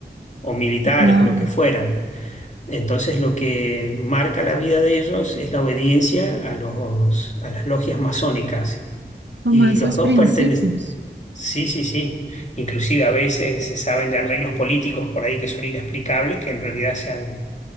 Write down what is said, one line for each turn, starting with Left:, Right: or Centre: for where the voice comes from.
Left: o militares
Right: claro,
Left: o lo que fueran. Entonces lo que marca la vida de ellos es la obediencia a los, a las logias masónicas.
Right: como
Left: Y
Right: esos
Left: los dos
Right: principios.
Left: pertenecen, sí, sí, sí. Inclusive a veces se saben de arreglos políticos por ahí que son inexplicables, que en realidad se han,